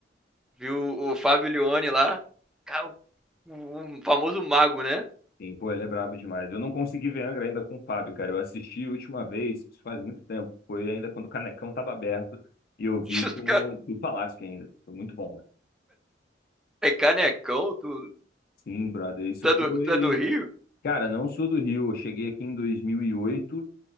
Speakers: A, in the centre; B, on the left.
A: viu o o Fábio Leone lá, Ca- o o famoso mago, né?
B: Sim, pô, ele é brabo demais. Eu não consegui ver Angra ainda com o Fábio, cara. Eu assisti a última vez, isso faz muito tempo. Foi ainda quando o Canecão tava aberto e eu vi
A: <laughs>
B: com
A: O Cara,
B: o do Palácio ainda. Foi muito bom, mano.
A: Peraí, canecão, tu,
B: Sim, brother. Isso
A: tu,
B: foi.
A: é do, tu é do Rio?
B: Cara, não sou do Rio. Eu cheguei aqui em 2008.